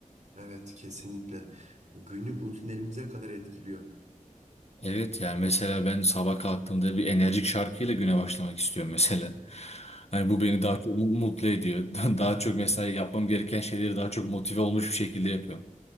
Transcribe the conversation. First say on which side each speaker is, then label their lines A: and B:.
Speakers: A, on the right (about 65°); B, on the left (about 50°).
A: Evet kesinlikle. Günlük rutinlerimize kadar etkiliyor.
B: Evet yani mesela ben sabah kalktığımda bir enerjik şarkıyla güne başlamak istiyorum mesela. Hani bu beni daha çok mu- mutlu ediyor. <laughs> Daha çok mesela yapmam gereken şeyleri daha çok motive olmuş bir şekilde yapıyorum.